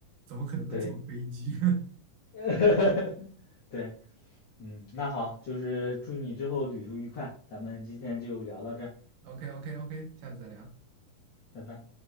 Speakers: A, on the right; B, on the left.
A: 怎么可能会坐飞机
B: 对，<laughs> 对。嗯，那好，就是祝你之后旅途愉快，咱们今天就聊到这儿
A: ？OK OK OK，<laughs> 下次再聊。
B: 拜拜。